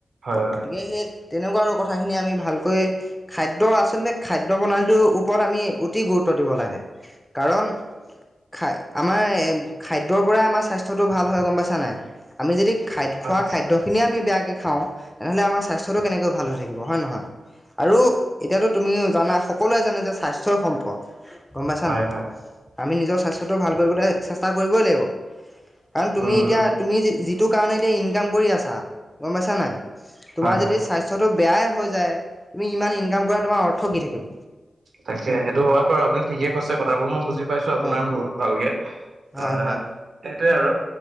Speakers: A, on the right; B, in the centre.
A: হয় হয়
B: গতিকে, সেই তেনেকুৱা আৰু কথাখিনি আমি ভালকৈ- খাদ্য আছলতে, খাদ্য প্ৰনালীটোৰ ওপৰত আমি অতি গুৰুত্ব দিব লাগে। কাৰণ খায় আমাৰ এ খাদ্যৰ- পৰাই আমাৰ স্বাস্থ্যটো ভাল হয় গম পাইছা নাই আমি যদি খাদ্য
A: হয়
B: খোৱা খাদ্য- খিনিয়ে আমি বেয়াকে খাওঁ তেনেহ'লে আমাৰ স্বাস্থ্যটো কেনেকৈ ভাল হৈ থাকিব হয় নহয়। আৰু এতিয়াতো তুমিও জানা সক- সকলোৱে জানে যে স্বাস্থ্যই সম্পদ, গম পাইছা
A: হয়
B: নাই?
A: হয়
B: আমি নিজৰ স্বাস্থ্যটো ভাল কৰিবলে চেষ্টা কৰিবই লাগিব। কাৰণ তুমি
A: উম
B: এতিয়া তুমি যিটো কাৰণে এতিয়া ইনকাম কৰি আছা গম পাইছা নাই? তোমাৰ
A: হয় হয়
B: যদি স্বাস্থ্যটো বেয়াই হৈ যায়, তুমি ইমান ইনকাম কৰা তোমাৰ অৰ্থ কি থাকিব?
A: তাকে, সেইটো হয় বাৰু আপুনি ঠিকে কৈছে কথাবোৰ, মই বুজি পাইছো আপোনাৰ
B: অ
A: বহুত ভালকে।
B: হয়
A: এহ
B: হয়
A: সেইটোৱে আৰু